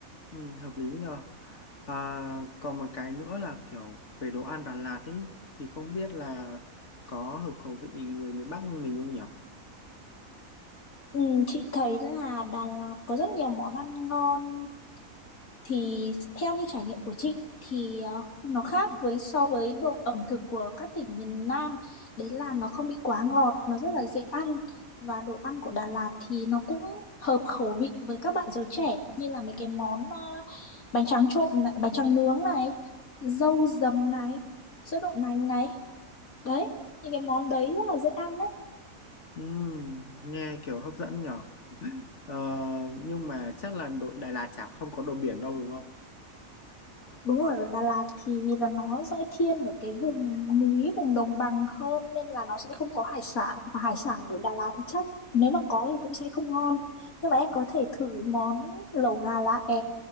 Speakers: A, on the left; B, on the left.
A: Ừ, hợp lý nhờ. À, còn một cái nữa là kiểu về đồ ăn Đà Lạt ấy. Thì không biết là có hợp khẩu vị người miền Bắc mình không nhỉ?
B: Ừ, chị thấy là Đà Lạt có rất nhiều món ăn ngon thì theo như trải nghiệm của chị thì ờ, nó khác với so với độ ẩm thực của các tỉnh miền Nam đấy là nó không bị quá ngọt nó rất là dễ ăn và đồ ăn của Đà Lạt thì nó cũng hợp khẩu vị với các bạn giới trẻ như là mấy cái món ờ, bánh tráng trộn này, bánh tráng nướng này dâu dầm này sữa đậu nành này đấy những cái món đấy rất là dễ ăn đấy
A: Ừm, nghe kiểu hấp dẫn nhở Ờ, nhưng mà chắc là đội Đà Lạt chả không có đồ biển đâu đúng không
B: Đúng rồi, ở Đà Lạt thì vì là nó sẽ thiên ở cái vùng núi, vùng đồng bằng hơn nên là nó sẽ không có hải sản. Và hải sản ở Đà Lạt thì chắc nếu mà có thì cũng sẽ không ngon. Nhưng mà em có thể thử món lẩu gà lá é,